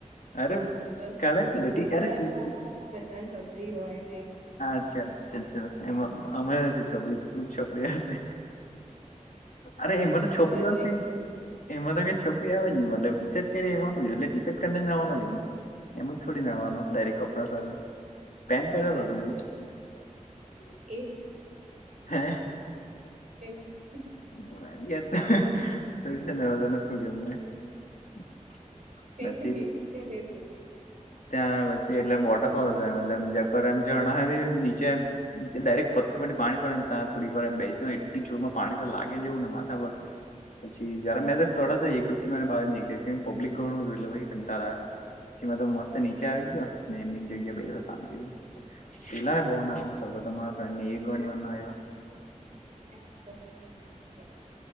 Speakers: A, on the left; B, on the right.
A: અરે
B: બસ
A: કાઢા જ ને ટી-
B: વલસાડ
A: અરે ટી-
B: વારા બધા છપરી હોય હે
A: અચ્છાચા એમાં અમે નથી છપરી તું જ છપરી હશે અરે એમાં તો
B: એ
A: છપરી
B: મેં
A: વાળુ
B: જોઈ
A: કઈ
B: લીધું
A: એમાં તો કઈ છપરી આવે જ ની મતલબ ટી શર્ટ કાડે એમાં હું જે એટલે ટી શર્ટને કાર્ડને જ નાવાનો કે નહીં એમજ થોડી નાવાનો ડાયરેક્ટ કપડા સાથે પેન્ટ પહેરેલું
B: બસ
A: હતું જોવું
B: એ
A: હે
B: કઈ ની
A: <unintelligible>
B: કઈ
A: મેં પછી
B: ની હું ક્યાં કંઈ બોલી
A: ત્યાં પછી એટલેમ વોટરફોલમ હતો એમ એટલેમ એમ જરણાવ એમ નીચે એમ ડાયરેક્ટ પથ્થર પરથી પાણી પડે ને તા થોડીક વાર એમ બેયસા હોય એટલી જોરમાં પાણી તો લાગે જેવું ને માથા પર પછી જ્યારે મે તડત જ એક ડુબકી માને બાર નીકળી કે પબ્લિક ગણું હતું એટલે પછી કંટાળો આવે જેમાં તો મસ્ત નીચે આવી ગયો ને જગ્યા બેહયો શાંતિ થી પેલા ને બહુ નાવાનો સોંખ હતો મારા ફ્રેન્ડ ને એ ગણી વાર નાયો.
B: એ ઘરે ની વા